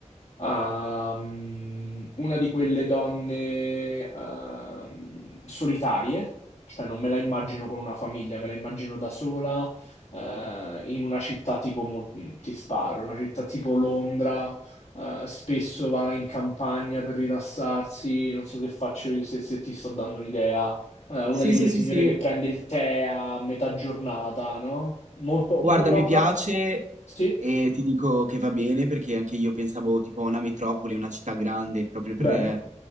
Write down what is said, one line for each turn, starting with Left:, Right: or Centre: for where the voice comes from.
Left: a, mm, una di quelle donne ah, mm, solitarie, cioè non me la immagino con una famiglia, me la immagino da sola eh, in una città tipo, mo- mm, ti sparo, una città tipo Londra, eh, spesso va in campagna per rilassarsi, non so se faccio, se, se ti sto dando un'idea, eh, una
Right: Sì,
Left: di
Right: sì,
Left: quelle
Right: sì,
Left: signore
Right: sì,
Left: che prende il tè a metà giornata, no? Molto,
Right: guarda
Left: una,
Right: mi piace
Left: una... Sì,
Right: E ti dico che va bene perché anche io pensavo tipo a una metropoli, una città grande, proprio per
Left: bene,
Right: eh,